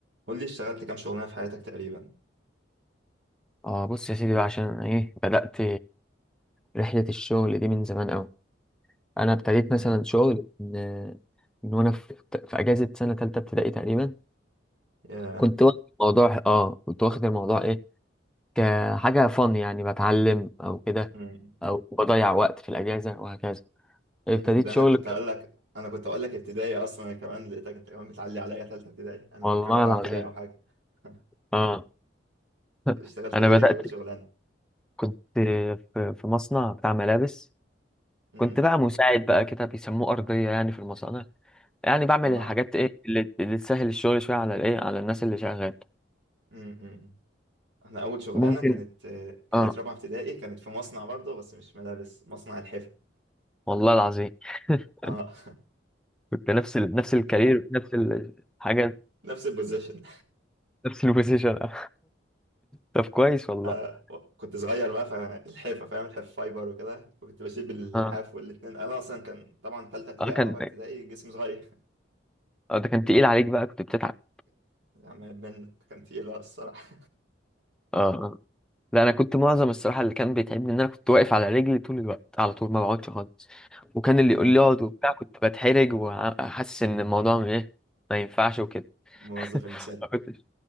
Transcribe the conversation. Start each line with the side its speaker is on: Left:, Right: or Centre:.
Right: قول لي اشتغلت كام شغلانه في حياتك تقريبا
Centre: اه بص يا سيدي بقى عشان أنا ايه بدأت رحلة الشغل دي من زمان قوي انا ابتديت
Right: امم
Centre: مثلا شغل من من وانا في, في اجازة سنة تالتة ابتدائي تقريبا
Right: يا
Centre: كنت واخد الموضوع اه كنت واخد الموضوع ايه كحاجة فن يعني بتعلم او كده
Right: امم
Centre: او بضيع وقت في الاجازة وهكذا ابتديت
Right: أمم. ده
Centre: شغل
Right: انا كنت
Centre: ك-
Right: هقول لك انا كنت هقول لك ابتدائي اصلا انا كمان لقيتك انت كمان بتعلي عليا ثالثه ابتدائي انا
Centre: والله
Right: ممكن رابعه
Centre: العظيم
Right: ابتدائي او حاجه <laughs>
Centre: اه <laughs>
Right: اشتغلت
Centre: انا
Right: ايه
Centre: بدأت
Right: اول شغلانه
Centre: كنت في في مصنع بتاع ملابس
Right: امم
Centre: كنت بقى مساعد بقى كده بيسموه أرضية يعني في المصانع يعني بعمل
Right: اه
Centre: الحاجات ايه اللي, اللي تسهل الشغل شويه على الايه على الناس اللي شغال
Right: امم أمم. احنا اول شغلانه
Centre: ممكن
Right: كانت آه، كانت
Centre: اه
Right: رابعه ابتدائي كانت في مصنع برضه بس مش ملابس مصنع الحفا
Centre: والله العظيم <laughs>
Right: اه
Centre: كنت نفس ال... نفس الكارير نفس الحاجه
Right: <laughs> نفس البوزيشن
Centre: نفس البوزيشن <laughs> طب كويس والله
Right: آه كنت صغير بقى فالحافة فاهم الحاف فايبر وكده كنت بشيل باللحاف
Centre: اه
Right: والاتنين أنا أصلا كان طبعا تالتة ابتدائي
Centre: اه كان
Right: أو رابعة ابتدائي جسمي صغير
Centre: اه ده كان تقيل عليك بقى كنت بتتعب
Right: <laughs> يعني ما يبان كان تقيل الصراحة
Centre: اه اه لا انا كنت معظم الصراحه اللي كان بيتعبني ان انا كنت واقف على رجلي طول الوقت على طول ما بقعدش خالص وكان اللي
Right: <laughs> أمم،
Centre: يقول لي اقعد وبتاع كنت بتحرج وحاسس ان الموضوع م- ايه ما ينفعش وكده
Right: موظف
Centre: <laughs>
Right: المثال
Centre: ما كنتش